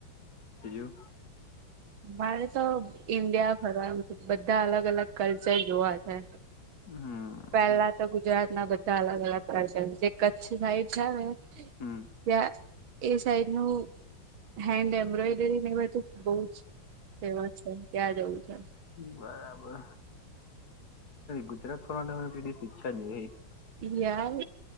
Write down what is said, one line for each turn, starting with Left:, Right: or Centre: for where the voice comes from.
Left: બીજું.
Right: મારે તો ઈન્ડિયા ફરવા બધા અલગ અલગ કલ્ચર જોવા છે.
Left: હમ
Right: પેલા તો ગુજરાત ના બધા અલગ અલગ પ્રદેશ જે કચ્છ સાઈડ છે ને
Left: હમ
Right: ત્યાં એ સાઈડ નું હેન્ડ એમ્બ્રોઈડરી ને બધું બહું જ ફેમસ ત્યાં છે. જવું છે
Left: બરાબર. ગુજરાત ફરવા માટે કદી ઈચ્છા નહી થતી.
Right: ત્યાં